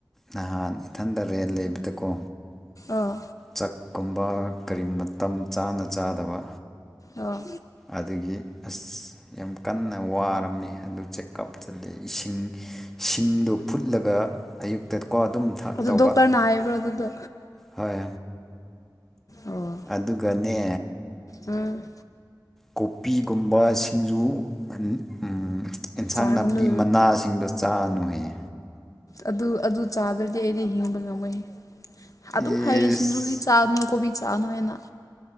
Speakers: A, in the centre; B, on the left.
A: ꯅꯍꯥꯟ ꯏꯊꯟꯇ ꯔꯦꯟ ꯂꯩꯕꯗꯀꯣ
B: ꯑꯥ
A: ꯆꯛꯀꯨꯝꯕ ꯀꯔꯤ ꯃꯇꯝ ꯆꯥꯅ ꯆꯥꯗꯕ
B: ꯑꯣ
A: ꯑꯗꯒꯤ ꯑꯁ ꯌꯥꯝ ꯀꯟꯅ ꯋꯥꯔꯝꯃꯦ ꯑꯗꯨ ꯆꯦꯛꯀꯞ ꯆꯠꯂꯦ ꯏꯁꯤꯡ ꯁꯤꯡꯗꯨ ꯐꯨꯠꯂꯒ ꯑꯌꯨꯛꯇ ꯀꯣ ꯑꯗꯨꯝ ꯊꯛꯇꯧꯕ
B: ꯑꯗꯨ ꯗꯣꯛꯇꯔꯅ ꯍꯥꯏꯕ꯭ꯔꯥ ꯑꯗꯨꯗꯣ
A: ꯍꯣꯏ
B: ꯑꯣ
A: ꯑꯗꯨꯒꯅꯦ
B: ꯎꯝ
A: ꯀꯣꯄꯤꯒꯨꯝꯕ ꯁꯤꯡꯖꯨ ꯎꯝ ꯎꯝ ꯑꯦꯟꯁꯥꯡ
B: ꯆꯥꯒꯅꯨ
A: ꯅꯥꯄꯤ ꯃꯅꯥꯁꯤꯡꯗꯣ ꯆꯥꯅꯨ ꯍꯌꯦ
B: ꯑꯗꯨ ꯑꯗꯨ ꯆꯥꯗ꯭ꯔꯗꯤ ꯑꯩꯗꯤ ꯍꯤꯡꯕ ꯉꯝꯃꯣꯏꯍꯦ ꯑꯗꯨꯝ
A: ꯏꯁ
B: ꯍꯥꯏꯔ ꯁꯤꯡꯖꯨꯒꯤ ꯆꯥꯅꯨ ꯀꯣꯕꯤ ꯆꯥꯅꯣ ꯍꯥꯏꯅ